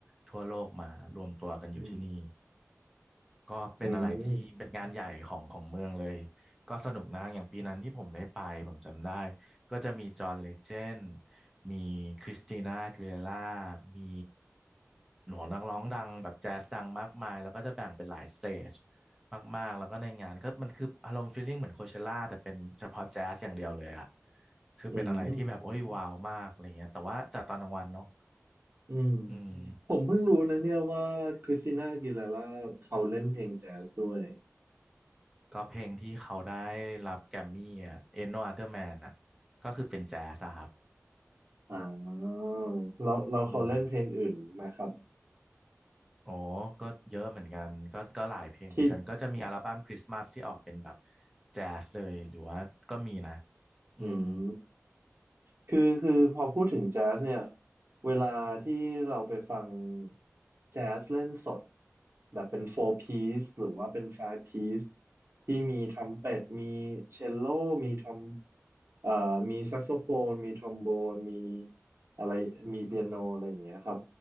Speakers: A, in the centre; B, on the right (about 55°).
A: ทั่วโลกมารวมตัวกันอยู่ที่นี่
B: อืม
A: ก็เป็นอะไรที่เป็นงานใหญ่ของของเมืองเลย
B: อืม
A: ก็สนุกนะอย่างปีนั้นที่ผมได้ไปผมจำได้ก็จะมีจอห์นเลเจนด์มีคริสติน่าอากีเลร่ามีหนูนักร้องดังแบบแจ๊สดังมากมายแล้วก็จะแบ่งเป็นหลายสเตจมากๆแล้วก็ในงานก็มันคืออารมณ์ฟีลลิ่งเหมือนโคเชล่าแต่เป็นเฉพาะแจ๊สอย่างเดียวเลยอ่ะคือเป็นอะไรที่แบบโอ้ยว้าวมากอะไรเงี้ยแต่ว่าจัดตอนกลางวันเนาะ
B: อืมอืม
A: อืม
B: ผมเพิ่งรู้นะเนี่ยว่าคริสติน่าอากีเลาร่าเขาเล่นเพลงแจ๊สด้วย
A: ก็เพลงที่เขาได้รับแกรมมี่อ่ะ Ain't No Other Man อ่ะก็คือเป็นแจ๊สอะครับ
B: อ่าแล้วแล้วเขาเล่นเพลงอื่นไหมครับ
A: อืมโอ้ก็เยอะเหมือนกันก็ก็หลายเพลงเหมือนกันก็จะมีอัลบั้มคริสต์มาสที่ออกเป็นแบบ
B: ที่
A: แจ๊สเลยหรือว่าก็มีนะอืม
B: อืม คือคือพอพูดถึงแจ๊สเนี่ยเวลาที่เราไปฟังแจ๊สเล่นสดแบบเป็นโฟร์ piece หรือว่าเป็นไฟ v ์ piece ที่มีทรัมเป็ตมีเชลโลมีทรอมเอ่อมีแซกโซโฟนมีทรอมโบนมีอะไรมีเปียโนอะไรอย่างเงี้ยครับ